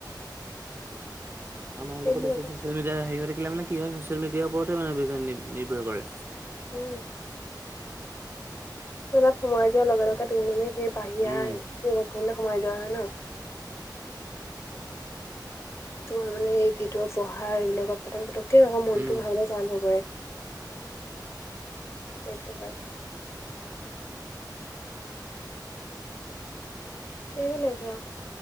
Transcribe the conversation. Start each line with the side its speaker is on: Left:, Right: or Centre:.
Right: অ মানুহবিলাকে
Left: সেইবিলাকে
Right: বেছি চচিয়েল মিডিয়াত হে হৈ থাকিলে মানে কি হয় ছচিয়েল মিডিয়াৰ ওপৰতে মানে নিৰ্ভৰ কৰে।
Left: উম তাত সোমাই যোৱাৰ লগে লগে তুমে সেই বাহিৰা
Right: উম
Left: সোমাই যোৱা হয় ন। তোমাৰ মানে এই ভিতৰ পঢ়াৰ এইবিলাকত প্ৰথম পতককে আকৌ মনটো
Right: উম
Left: ভৰাবলে যা নপৰে। এইটো হয়। এইবিলাকে আও।